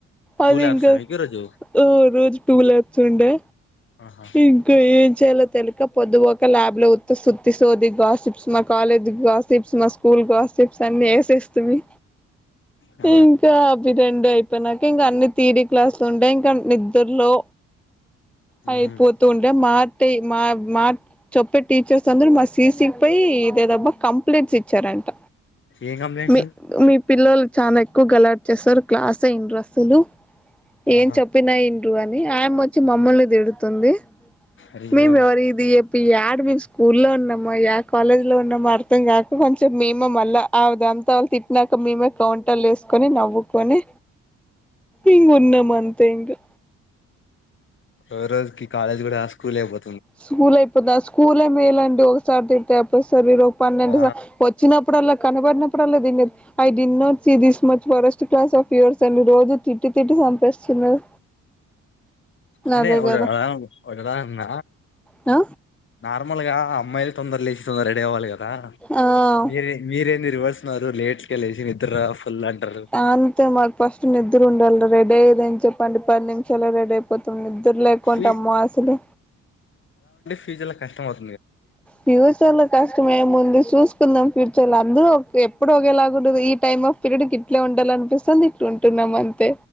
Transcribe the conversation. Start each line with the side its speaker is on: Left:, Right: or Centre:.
Centre: అదింగ
Left: టూ ల్యాబ్సా మీకు ఈరోజు
Centre: ఉహ్ రోజు టూ ల్యాబ్స్ ఉండే
Left: ఆహా
Centre: ఇంక ఏం చేయాలో తెలిక పొద్దుపోక ల్యాబ్ లో ఉత్త సుత్తి సోది గాస్ మా కాలేజ్ కాస్ప్స్, మా స్కూల్ కాస్ప్స్ అన్ని వేసేస్టిమి
Left: ఆ
Centre: ఇంకా అబి రెండు అయిపోయినాక ఇంగా అన్ని టీడీ క్లాస్లు ఉంటాయి ఇంకా నిద్రలో
Left: మ్మ్.
Centre: అయిపోతుంటే మట్ మా మా చెప్పే టీచర్స్ అందరుూ మా సీ. సీ పై ఇదేదబ్బా కంప్లీంట్స్ ఇచ్చారంట.
Left: ఏం కంప్లైంట్స్
Centre: మీ మీ పిల్లలు చాలా ఎక్కువ గలాడ్ చేేస్తారు క్లాస్ ఇంట్రస్లు ఏం
Left: ఆహా
Centre: చెప్పినా ఇంన్ రు అని ఆయమ్మ వచ్చి మమల్ని తిడుత్ తుంది
Left: అయ్యో
Centre: మేమివరి ఇది చెప్ ఇ డు మేము స్కూ లో ఉన్నామా య కాలేజ్ లో ఉన్నామో అర్ త్తం కాక కొంచెం మేమే మళ్ళా అ దాంతా వాళ్ళు తిట్టినాాక. మేమే కౌంటర్లు వేసుకొని నవ్వుకొని ఇంగా ఉన్నాము అంతే ఇంగా
Left: ఓ రోజుకి కాలేజ్ కూడా ఆ స్కూల్ ఎయిపో
Centre: స్కూల్ అయిపోదా స్కూలే మేలండి ఒకసారి తిడ్తే ఒకసారే <unintelligible> పన్నెండు
Left: ఆ
Centre: సార్ వచ్చినప్పుడు అలా కనబడినప్పుడల్ల లేదు దీన్ని నొంచి దీని this worst class of yours అని రోజు తిట్టి తిట్టి చంపేస్తున్నారు
Left: అంటే
Centre: అదే
Left: ఒగ
Centre: కదా
Left: దా ఉన్న
Centre: హ
Left: నార్మల్ గా అమ్మాయిలు తొందర లేచి తొందరగా రెడీ అవ్వాలి కదా
Centre: ఆ ఆ
Left: మీరే మీరేం నేర్పిస్తారు నరు లేట్ గా లేచి నిద్ర ఫుల్ అంటారు
Centre: అంతే మాకు ఫస్ట్ నిద్ర ఉండాల రెడే అదని చెప్పండి అని పది నిమి అలా రెడీ అయిపోతున్న సర్లే కొంటమ్మ
Left: ఫీ
Centre: అసలు
Left: పిజి లో కస్టమర్
Centre: ప్యూచర్ లో కష్టమేముం చూసుకుందాం ఫీచర్లో అందు ఎప్పుడు ఒకేలాగా ఉండదు ఈ టైమ్ ఆఫ్ పీరియడ్ క ఇట్లా ఉండాలనిపిస్తుంది ఇట్లా ఉంటున్నానండి